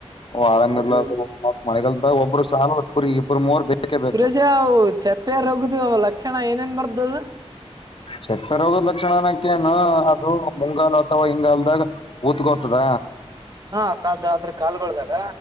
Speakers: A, on the left; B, on the right.
A: ಓ ಆರಾಮ
B: ಹೌದೌದು
A: ಇರ್ಲಾ <unintelligible> ಒಬ್ಬರ ಸಾಲ ಕುರಿ ಇಬ್ರು ಮೂವರ್ ಬೇಕೇ
B: ಸುರೇಶ
A: ಬೇಕು
B: ಅವ ಚಪ್ಪೆ ರೊಗ್ದ ಲಕ್ಷಣ ಏನೇನ್ ಬರ್ತದ.
A: ಸೆತ್ತ ರೋಗದ ಲಕ್ಷಣಅನ್ನಕ ಏನ್ ಅದು ಮುಂಗಾಲ ಅಥವಾ ಹಿಂಗಲ್ದಾಗ ಊತ್ಗೋತದ.
B: ಹ್ಞಾ ಕ ಆದ್ರ ಕಾಲುಗಳದಾಗ